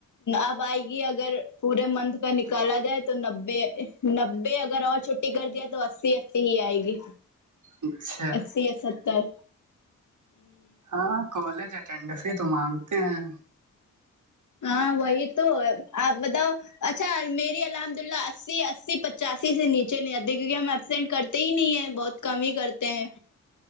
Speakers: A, on the left (about 55°); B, on the right (about 55°).
A: اب آئے گی اگر پورے منتھ کا نکالا جائے تو نبے نبے اگر اور چھٹی کر دائے تو اتے ہی آئے گی
B: اچھا
A: اسی سسٹر
B: ہاں کالج اٹینڈس ہی تو مانگتے ہیں
A: ہاں وہی تو آپ بتاؤ اچھا میری الحمد اللہ اسی اسی پچاسی سے نیچے نہیں آتے کیونکہ ہم ابسینٹ کرتے ہی نہیں ہے بہت کم ہی کرتے ہیں